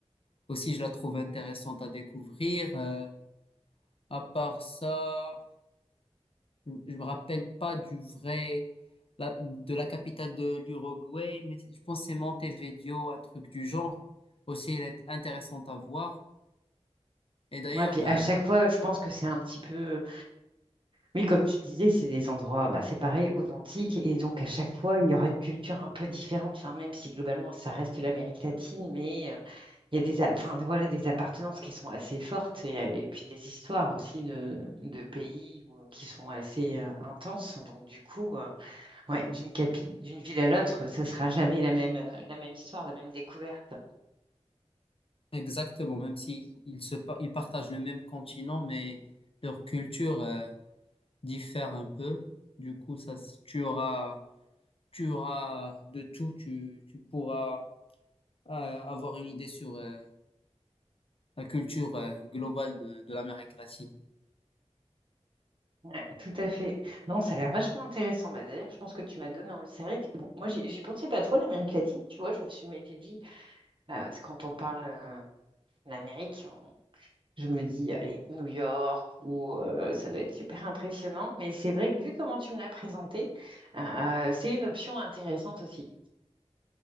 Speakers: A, on the left; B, on the right.
A: Aussi, je la trouve intéressante à découvrir. Euh, à part ça, Je je me rappelle pas du vrai, la- de la capitale de l'Uruguay, mais je pense que c'est Montevideo, un truc du genre. Aussi, elle est intéressante à voir. Et d'ailleurs,
B: Ouais, puis
A: euh,
B: à chaque fois, je pense que c'est un petit peu Oui, comme tu disais, c'est des endroits, bah, c'est pareil, authentiques, et donc à chaque fois, il y aura une culture un peu différente, enfin, même si globalement, ça reste l'Amérique latine, mais euh, il y a des, a- enfin, voilà, des appartenances qui sont assez fortes, et, euh, et puis des histoires aussi de, de pays où- qui sont assez euh, intenses, donc du coup, euh, ouais, d'une capi- d'une ville à l'autre, ça sera jamais la même, euh, la même histoire, la même découverte.
A: exactement, même si ils se, pa- ils partagent le même continent, mais leur culture, euh, diffère un peu. Du coup, ça, s- tu auras, tu auras de tout, tu, tu pourras, euh, avoir une idée sur, euh, la culture, euh, globale de, de l'Amérique latine.
B: Ouais, tout à fait. Non, ça a l'air vachement intéressant. Bah, d'ailleurs, je pense que tu m'as donné envie. C'est vrai que bon, moi, j'y j'y pensais pas trop à l'Amérique latine, tu vois. Je me suis mais j'ai dit, Euh, c'est quand on parle euh, de l'Amérique, on- je me dis, allez, New York, ou euh, ça doit être super impressionnant. Mais c'est vrai que vu comment tu me l'as présenté, euh, c'est une option intéressante aussi.